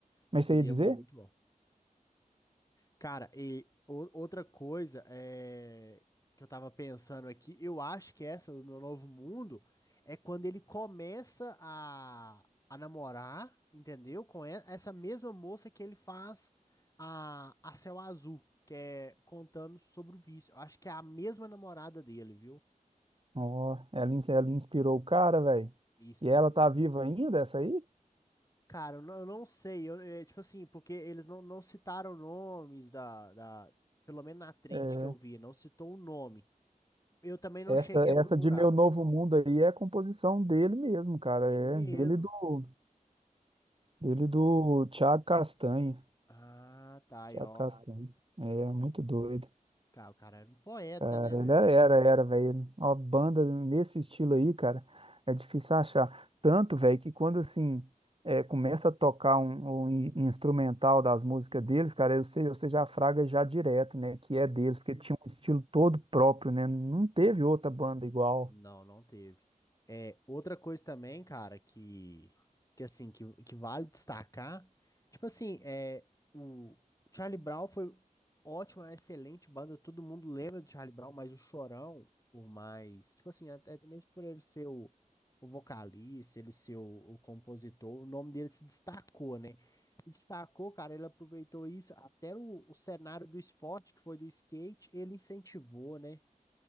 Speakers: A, on the right; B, on the left.
A: Mas
B: Seria
A: você ia dizer?
B: muito bom. Cara, e o- outra coisa é, que eu tava pensando aqui, eu acho que essa do Meu Novo Mundo é quando ele começa a, a namorar, entendeu? Com e- essa mesma moça que ele faz a, a Céu Azul, que é contando sobre o vício. Eu acho que é a mesma namorada dele, viu?
A: Ó, ela, ins- ela inspirou o cara, velho.
B: Inspirou.
A: E ela tá viva ainda, essa aí?
B: Cara, eu não, eu não sei, eu, é, tipo assim, porque eles não, não citaram nomes da, da, pelo menos na trend
A: É,
B: que eu vi, não citou o nome. Eu também não
A: essa,
B: cheguei
A: essa
B: a procurar.
A: de Meu Novo Mundo aí é a composição dele mesmo, cara.
B: Ele
A: É
B: mesmo.
A: dele e do, dele e do Thiago Castanho.
B: Ah, tá aí,
A: Thiago
B: ó.
A: Castanho. É muito doido.
B: Cara, o cara era um poeta,
A: Cara,
B: né, velho?
A: Ele era, era, era, velho. Uma banda nesse estilo aí, cara, é difícil achar. Tanto, velho, que quando assim é, começa a tocar um, um in- instrumental das músicas deles, cara, você, você já fraga já direto, né? Que é deles, porque tinha um estilo todo próprio, né? Não teve outra banda igual.
B: Não, não teve. É, outra coisa também, cara, que, que assim, que, que vale destacar, tipo assim, é, o Charlie Brown foi ótimo, é uma excelente banda, todo mundo lembra do Charlie Brown, mas o Chorão, por mais, tipo assim, até mesmo por ele ser o, o vocalista, ele ser o, o compositor, o nome dele se destacou, né? E destacou, cara, ele aproveitou isso, até o, o cenário do esporte, que foi do skate, ele incentivou, né?